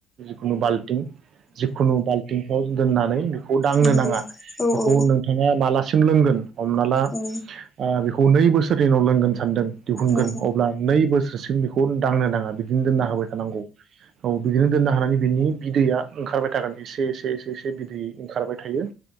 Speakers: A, on the right (about 55°); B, on the left (about 20°).
A: खुनु बाल्टिं जिखुनु बाल्टिंफ्राव जों दोननानै खौ दांनो
B: नंगौ
A: नाङा
B: औ
A: बेखौ
B: औ
A: नोंथाङा माला सोंलोंगोन हमनाला
B: औ
A: ओ बे खौ नै बोसोरनि उनाव लोंगोन सानदों दिहुनगोन
B: औ
A: अब्ला नै बोसोर सिम बेखौ दांनो नाङा बिदि बिदिनो दोनना होबाय थानांगौ औ बिदिनो दोननो हानानै बिनि बिदैया ओंखारबाय थागोन एसे एसे एसे एसे बिदै ओंखारबाय थायो